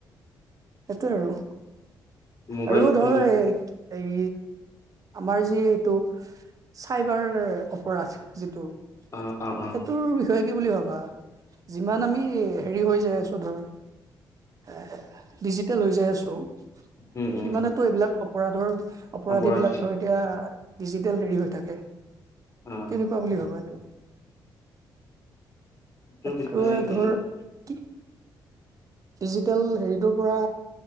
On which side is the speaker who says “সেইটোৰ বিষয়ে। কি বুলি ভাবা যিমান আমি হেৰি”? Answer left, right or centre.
Right